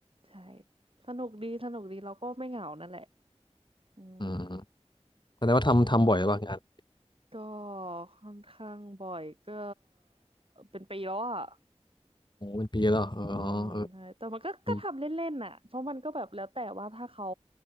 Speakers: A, on the right; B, on the left.
A: ใช่สนุกดีสนุกดีเราก็ไม่เหงานั่นแหละอืม
B: อืมแสดงว่าทำทำบ่อยป่ะงาน
A: ใช่ก็ค่อนข้างบ่อยก็เป็นปีแล้วอ่ะ
B: โอ้เป็นปีแล้วเหรอเออเออ
A: อืมใช่แต่มันก็ก็ทำเล่นๆน่ะเพราะมันก็แบบแล้วแต่ว่าถ้าเขา
B: ปี